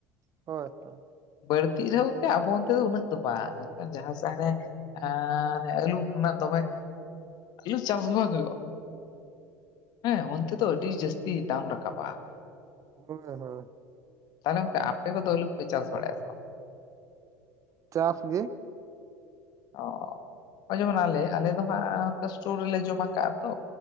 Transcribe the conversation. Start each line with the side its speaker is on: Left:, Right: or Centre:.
Right: ᱦᱳᱭ ᱦᱳᱭ।
Left: ᱵᱟᱹᱲᱛᱤᱜ ᱨᱮᱦᱚᱸ ᱜᱚᱝᱠᱮ ᱟᱵᱚ ᱚᱱᱛᱮ ᱫᱚ ᱩᱱᱟᱹᱜ ᱫᱚ ᱵᱟᱝ। ᱢᱮᱱᱠᱷᱟᱱ ᱡᱟᱦᱟᱸ ᱥᱮᱫ ᱦᱟᱱᱮ ᱟᱨ ᱟᱹᱞᱩ ᱨᱮᱱᱟᱜ ᱫᱚᱢᱮ ᱟᱹᱞᱩ ᱪᱟᱥ ᱵᱟᱝ ᱦᱩᱭᱩᱜᱼᱟ। ᱦᱮᱸ ᱚᱱᱛᱮ ᱫᱚ ᱟᱹᱰᱤ ᱡᱟᱹᱥᱛᱤ ᱫᱟᱢ ᱨᱟᱠᱟᱵᱼᱟ।
Right: ᱦᱳᱭ ᱦᱳᱭ।
Left: ᱛᱟᱦᱟᱞᱮ ᱜᱚᱝᱠᱮ ᱟᱯᱮ ᱠᱚ ᱫᱚ ᱟᱹᱞᱩ ᱯᱮ ᱪᱟᱥ ᱵᱟᱲᱟᱭᱟ ᱥᱮ ᱵᱟᱝ?
Right: ᱪᱟᱥ ᱜᱮ।
Left: ᱚ, ᱦᱚᱸᱜᱼᱚᱭ ᱡᱮᱢᱚᱱ ᱟᱞᱮ, ᱟᱞᱮ ᱫᱚ ᱦᱟᱸᱜ ᱚᱱᱠᱟ ᱤᱥᱚᱴᱳᱨ ᱨᱮᱞᱮ ᱡᱚᱢᱟ ᱠᱟᱜᱼᱟ ᱛᱚ।